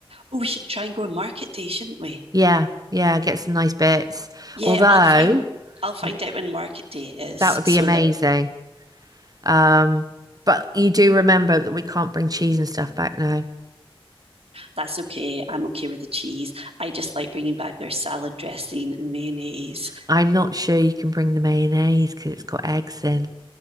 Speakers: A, on the right; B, on the right.
A: Oh, we should try and go on market day, shouldn't we?
B: Yeah, yeah, get some nice bits.
A: Yeah,
B: Although
A: I'll find I'll find
B: y-
A: out when market day is
B: that would
A: so
B: be amazing
A: that
B: Um, but you do remember that we can't bring cheese and stuff back now.
A: that's okay. I'm okay with the cheese. I just like bringing back their salad dressing and mayonnaise,
B: I'm not sure you can bring the mayonnaise because it's got eggs in.